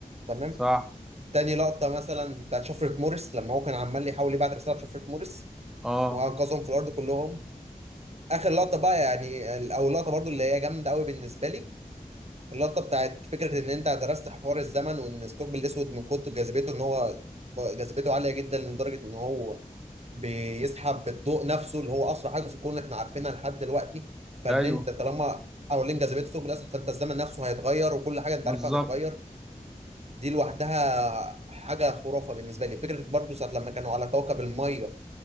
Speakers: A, on the right (about 50°); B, in the centre.
A: تمام
B: صح
A: تاني لقطه مثلا بتاعت شفره موريس لما هو كان عمال يحاول يبعت رساله شفره موريس
B: اه
A: وانقذهم في الارض كلهم اخر لقطه بقى يعني او اللقطه برضو اللي هي جامده قوي بالنسبه لي اللقطة بتاعت فكرة إن أنت درست حوار الزمن وإن الثقب الأسود من كتر جاذبيته إن هو جاذبيته عالية جدا لدرجة إن هو بيسحب الضوء نفسه اللي هو أسرع حاجة في الكون إحنا عارفينها لحد دلوقتي فإن
B: ايوه
A: أنت طالما حوالين جاذبية الثقب الأسود فأنت الزمن نفسه هيتغير وكل حاجة أنت
B: بالظبط
A: عارفها هتتغير دي لوحدها حاجة خرافة بالنسبة لي فكرة برضه ساعة لما كانوا على كوكب المية